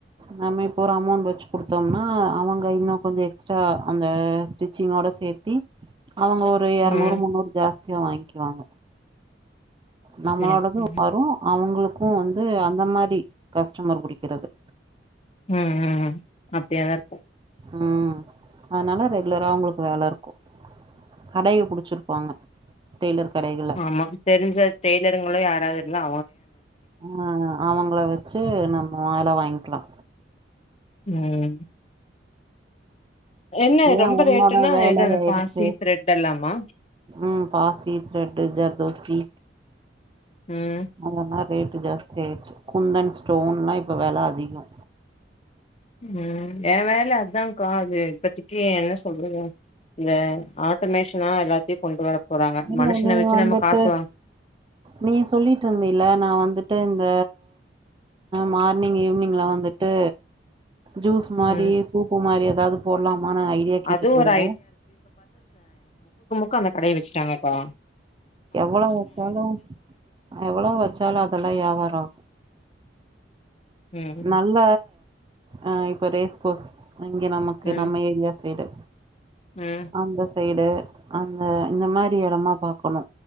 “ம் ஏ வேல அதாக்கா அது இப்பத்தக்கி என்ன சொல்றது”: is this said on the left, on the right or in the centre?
Left